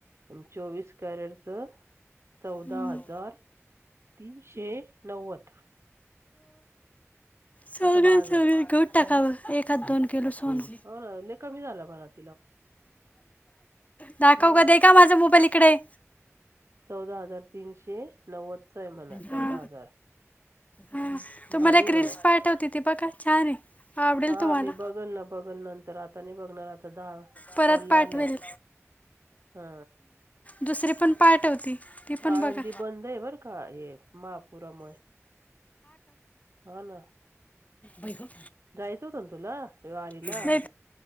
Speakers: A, on the right; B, on the left.
A: आणि चोवीस कॅरेटच चौदा
B: हम्म.
A: हजार. तीनशे नव्वद.
B: चालेल-चालेल
A: असा भाव आहे म्हणा
B: कवठ टाका एक हात दोन किलो सोन.
A: हो ना लय कमी झाला बाळ आता.
B: दाखव
A: ह
B: दे का माझ्या मोबाईल इकडे
A: चौदा हजार तीनशे नव्वदचां आहे म्हणा
B: हा
A: चौदा हजार
B: हा तुम्हाला
A: भारी
B: एक
A: आहे म्हणा
B: रीलल्स पाठवते, ती बघा छान आहे. आवडेल
A: हा
B: तुम्हाला
A: मी बघल ना, बघल नंतर आता नाही बघणार आता दहा.
B: परत
A: कॉल लावलाय
B: पाठवेल,
A: हा
B: दुसरी पण पाठवती. ती पण
A: आळंदी
B: बघा
A: बंद आहे बर का, हे. महापुरामुळे, हा ना.
B: बग <unintelligible>
A: जायचं होतं ना तुला वारीला.?
B: नाही